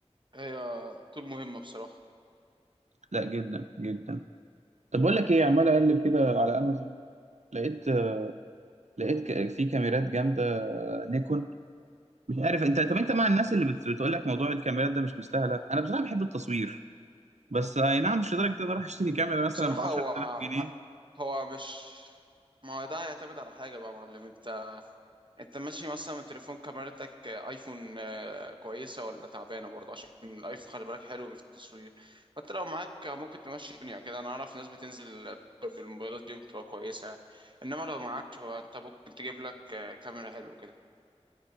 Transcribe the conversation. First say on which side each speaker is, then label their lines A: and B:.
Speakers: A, on the right; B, on the right.
A: هي طول مهمة بصراحة
B: لا جدا جدا طب بقول لك ايه عمال اقلب كده على امازون لقيت آه، لقيت ك- في كاميرات جامده آه، نيكون مش عارف انت طب انت مع الناس اللي بت... بتقول لك موضوع الكاميرات ده مش مستاهله انا بصراحه بحب التصوير بس اي نعم مش لدرجه ان انا اروح اشتري كاميرا مثلا
A: بصراحة
B: ب 10000
A: هو ع-
B: جنيه
A: هو مش ما هو ده هيعتمد على حاجة بقى يا معلم انت انت ماشي مثلا من تليفون كاميرتك آه، ايفون آه، كويسة ولا تعبانة برضه عشان الايفون خلي بالك حلو في التصوير فانت لو معاك ممكن تمشي الدنيا كده انا اعرف ناس بتنزل بالموبايلات دي بتبقى كويسة يعني. انما لو معاكش بقى انت ممكن تجيب لك آه، كاميرا حلوة كده